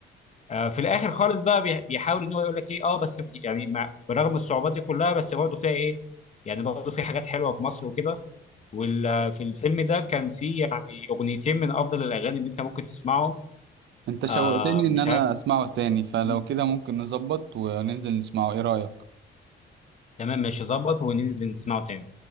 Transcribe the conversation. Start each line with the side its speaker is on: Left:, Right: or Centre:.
Left: آه، في الاخر خالص بقى بيح- بيحاول ان هو يقول لك ايه اه بس ب- يعني مع- برغم الصعوبات دي كلها بس برضه فيها ايه يعني برضه في حاجات حلوه في مصر وكده وفي الفيلم ده كان في يعني اغنيتين من افضل الاغاني اللي انت ممكن تسمعهم
Right: انت شوقتني
Left: آه
Right: ان
Left: مش
Right: انا
Left: عارف
Right: اسمعه تاني فلو
Left: مم.
Right: كده ممكن نظبط وننزل نسمعه ايه رأيك
Left: تمام ماشي ظبط وننزل نسمعه تاني